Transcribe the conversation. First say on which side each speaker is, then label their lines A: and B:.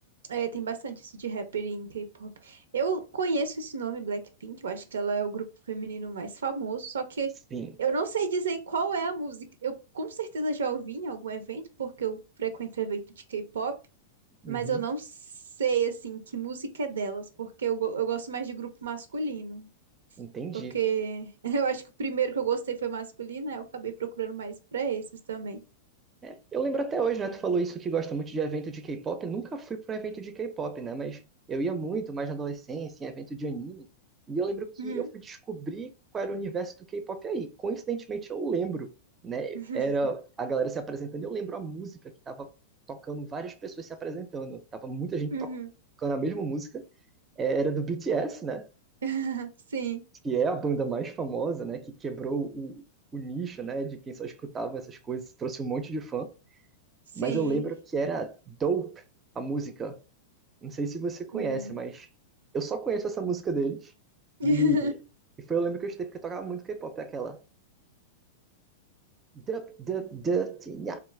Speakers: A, on the right; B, on the right.
A: É, tem bastante isso de rapper em K-pop. Eu conheço esse nome, Blackpink, eu acho que ela é o grupo feminino mais famoso, só que
B: Sim,
A: eu não sei dizer qual é a música. Eu com certeza já ouvi em algum evento, porque eu frequento evento de K-pop,
B: uhum,
A: mas eu não sei, assim, que música é delas, porque eu, go- eu gosto mais de grupo masculino.
B: entendi.
A: Porque <laughs> eu acho que o primeiro que eu gostei foi masculino, aí eu acabei procurando mais pra esses também.
B: É, eu lembro até hoje, né? Tu falou isso que gosta muito de evento de K-pop. Nunca fui para evento de K-pop, né? Mas eu ia muito mais na adolescência, em evento de anime. E eu lembro que
A: Uhum.
B: eu fui descobrir qual era o universo do K-pop aí. Coincidentemente, eu lembro, né?
A: <laughs>
B: Era a galera se apresentando. Eu lembro a música que tava tocando, várias pessoas se apresentando. Tava muita gente
A: Uhum.
B: tocando a mesma música. É, Era do BTS, né?
A: <laughs> Sim,
B: Que é a banda mais famosa, né? Que quebrou o, o nicho, né? De quem só escutava essas coisas, trouxe um monte de fã
A: sim.
B: mas eu lembro que era Dope a música. Não sei se você conhece,
A: Hum.
B: mas eu só conheço essa música deles. E,
A: <laughs>
B: e foi, eu lembro que eu escutei porque eu tocava muito K-pop, é aquela. Dup, dup, dup, tinha,